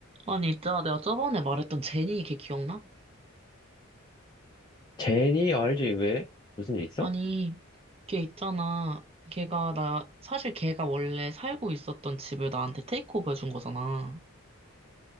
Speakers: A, on the right; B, on the left.
A: 아니, 있잖아. 내가 저번에 말했던 제니 걔 기억나?
B: 제니, 어, 알지, 왜? 무슨 일 있어?
A: 아니, 걔 있잖아. 걔가 나, 사실 걔가 원래 살고 있었던 집을 나한테 테이크오버 해준 거잖아.